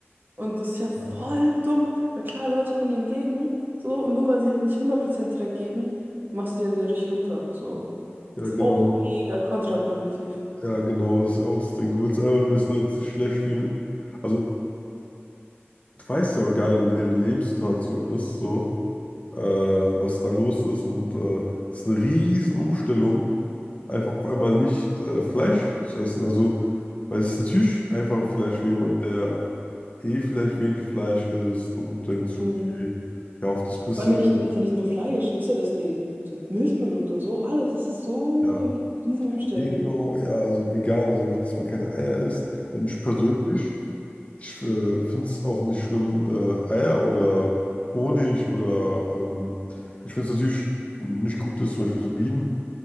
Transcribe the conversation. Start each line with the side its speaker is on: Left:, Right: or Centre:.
Right: und das ist ja voll
Left: ja,
Right: dumm, weil klar, Leute kommen dir entgegen, so, und nur weil sie halt nicht 100% direkt geben, machst du ja wieder richtig runter, so.
Left: ja,
Right: Das
Left: genau.
Right: ist auch mega kontraproduktiv.
Left: Ja, genau, das ist auch das Ding. Du willst einfach nur, dass Leute sich schlecht fühlen. Also, du weißt ja auch gar nicht, wie deren Lebenssituation ist, so, äh, was da los ist. Und äh, das ist eine riesen Umstellung, einfach auf einmal nicht äh, Fleisch zu essen. Also, weil es ist natürlich einfach vielleicht für jemand, der eh vielleicht wenig Fleisch isst und denkt sich,
Right: Mhm.
Left: okay, ja, auf das bisschen,
Right: Vor allem ja nicht nur, ist ja nicht nur Fleisch, das ist ja das Ding. So Milchprodukte und so, alles, das ist so
Left: ja,
Right: eine Riesenumstellung.
Left: eh genau, ja, also vegan, also auch, dass man keine Eier isst. Und ich persönlich. Ich finde es auch nicht schlimm, äh, Eier oder Honig oder ähm, ich finde es natürlich nicht gut, dass zum Beispiel so Bienen